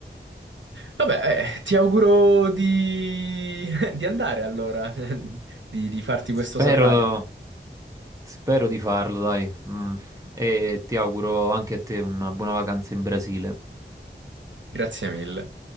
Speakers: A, on the right (about 80°); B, on the right (about 15°).
A: Vabbè, eh, ti auguro di, <laughs> di andare allora, <laughs> di, di farti questo
B: Spero,
A: safari.
B: spero di farlo, dai. Mm, E ti auguro anche a te una buona vacanza in Brasile.
A: Grazie mille.